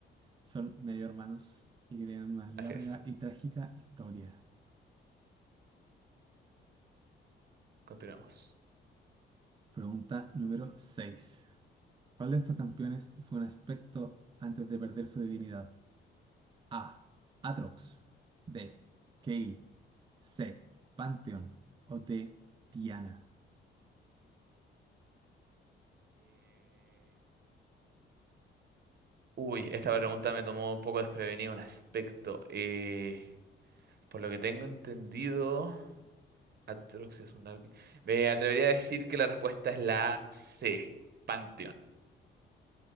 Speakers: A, on the right; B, on the right.
A: son medio hermanos y que tienen una larga
B: Así es,
A: y trágica historia.
B: continuamos.
A: Pregunta número seis. ¿Cuál de estos campeones fue un aspecto antes de perder su divinidad? A. Atrox. B. Kale. C. Pantheon. O D. Diana.
B: Uy, esta pregunta me tomó un poco desprevenido en aspecto. Eh, por lo que tengo entendido, Atrox es un arque- Me atrevería a decir que la respuesta es la C, Panteón.